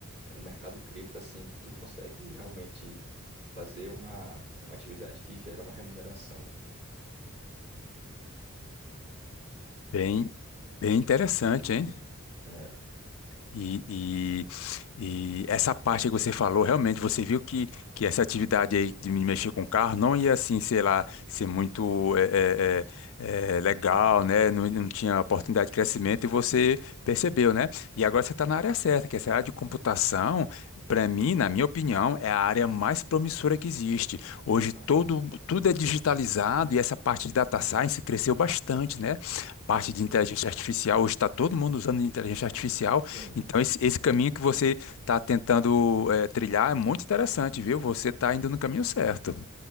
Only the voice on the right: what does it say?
o mercado cripto, assim, que tu consegue realmente fazer uma, uma atividade que gera uma remuneração.
É,
aham.
Sim.